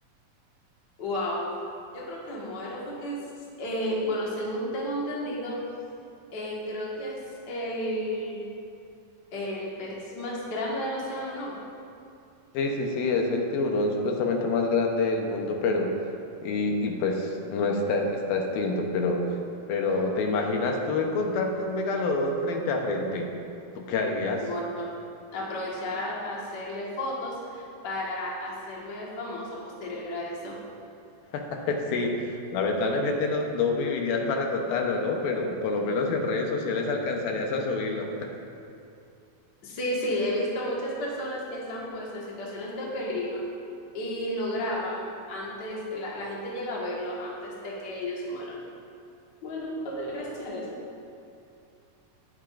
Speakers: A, on the left; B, on the left.
A: wow, yo creo que muero porque es, eh, bueno, según tengo entendido, eh, creo que es el, el pez más grande del océano, ¿no?
B: Sí, sí, sí, es el tiburón supuestamente más grande del mundo, pero, y, y pues no está, está extinto, pero, pero ¿te imaginas tú encontrarte un megalodón frente a frente? ¿Tú qué harías?
A: Bueno, aprovechar, hacerle fotos para hacerme famosa posterior a eso.
B: <laughs> Sí, lamentablemente no, no vivirías para contarlo, ¿no? Pero por lo menos en redes sociales alcanzarías a subirlo. <laughs>
A: Sí, sí, he visto muchas personas que se han puesto en situaciones de peligro y lo graban antes, la, la gente llega a verlo antes de que ellos mueran. Bueno, podría ser eso.